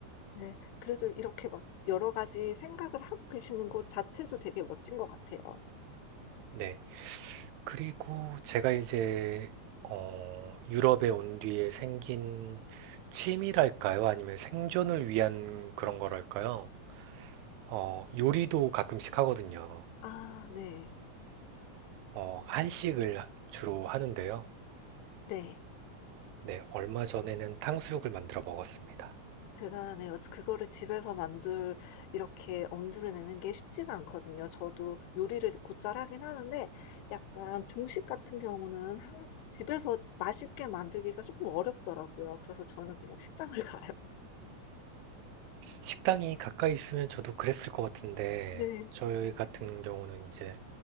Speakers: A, on the left; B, on the right.
A: 네. 그래도 이렇게 막 여러 가지 생각을 하고 계시는 것 자체도 되게 멋진 것 같아요.
B: 네. 그리고 제가 이제 어, 유럽에 온 뒤에 생긴 취미랄까요? 아니면 생존을 위한 그런 거랄까요? 어, 요리도 가끔씩 하거든요.
A: 아 네.
B: 어, 한식을 주로 하는데요.
A: 네.
B: 네, 얼마 전에는 탕수육을 만들어 먹었습니다.
A: 대단하네요. 그거를 집에서 만들 이렇게 엄두를 내는 게 쉽지가 않거든요. 저도 요리를 곧잘 하긴 하는데 약간 중식 같은 경우는 한 집에서 맛있게 만들기가 조금 어렵더라고요. 그래서 저는 그냥 식당을 <laughs> 가요.
B: 식당이 가까이 있으면 저도 그랬을 것 같은데,
A: 네.
B: 저희 같은 경우는 이제